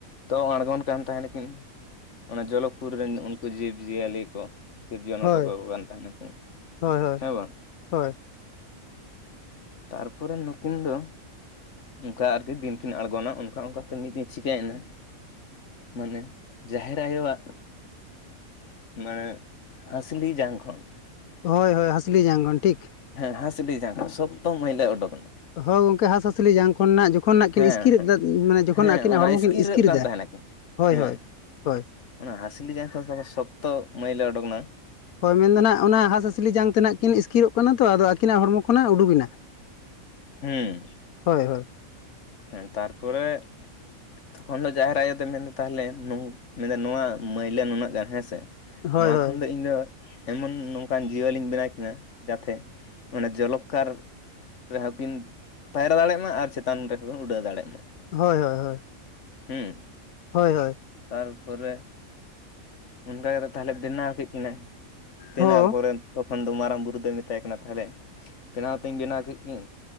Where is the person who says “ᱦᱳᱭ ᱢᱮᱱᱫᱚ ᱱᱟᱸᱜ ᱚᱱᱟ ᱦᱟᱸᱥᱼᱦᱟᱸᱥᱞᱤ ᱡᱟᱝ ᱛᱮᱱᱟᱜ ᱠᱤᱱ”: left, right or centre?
Left